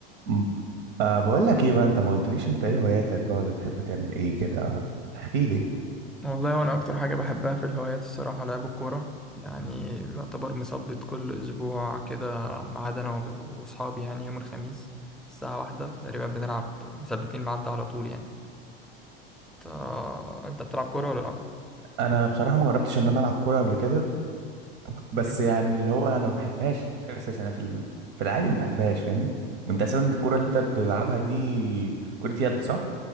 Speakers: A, on the right; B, in the centre.
A: م- أه بقول لك ايه بقى انت ما قلتليش انت ايه هواياتك بقى ولا بتحب تعمل ايه كده احكي لي
B: والله وانا اكتر حاجه بحبها في الهوايات الصراحه لعب الكوره يعني يعتبر مثبت كل اسبوع كده ما عدا انا و- واصحابي يعني يوم الخميس الساعه واحدة تقريبا بنلعب مثبتين ميعاد على طول يعني انت انت بتلعب كوره ولا لا
A: انا بصراحه ما جربتش ان انا العب كوره قبل كده بس
B: مهم.
A: يعني اللي هو انا ما بحبهاش اساسا انا في ال- في العادي ما بحبهاش فاهمني انت اساسا الكوره اللي انت بتلعبها دي كره يد صح